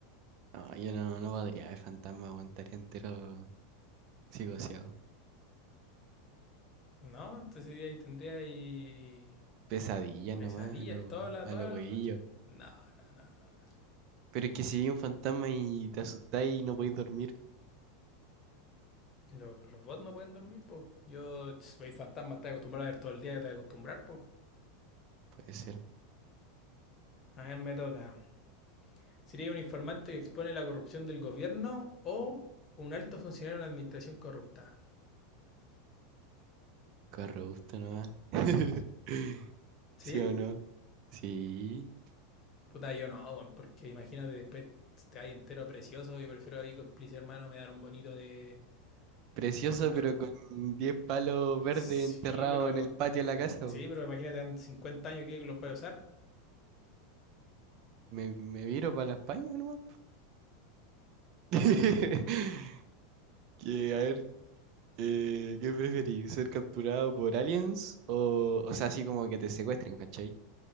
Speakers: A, on the right; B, on the left.
A: No, yo no, no podría ver fantasmas, aguantaría entero psicoseado.
B: No, entonces ahí tendríais
A: Pesadillas
B: pesadillas
A: nomás, a lo,
B: todas las
A: a
B: todas
A: lo hueillo.
B: las noches. No, no, no, no.
A: Pero es que si vi un fantasma y te asustáis y no podéis dormir,
B: Los, los bots no pueden dormir, pues. Yo, si veis fantasmas, te acostumbras a ver todo el día, te acostumbras, pues.
A: puede ser.
B: A ver, me toca. ¿Sería un informante que expone la corrupción del gobierno o un alto funcionario de una administración corrupta?
A: Corrupto nomás. <laughs>
B: ¿Sí?
A: ¿Sí o no? Sí.
B: Puta, yo no, weón, porque imagínate después te hay entero precioso y prefiero ahí cómplice hermano me dar un bonito de...
A: Precioso,
B: Un bonito...
A: pero con diez palos verdes
B: Sí,
A: enterrados
B: pero...
A: en el patio de la casa. po.
B: Sí, pero imagínate en 50 años que los voy a usar.
A: Me, me viro para la España nomás. po. <laughs> Que, a ver, eh, ¿qué preferís? ¿Ser capturado por aliens o, o sea, así como que te secuestren, ¿cachai?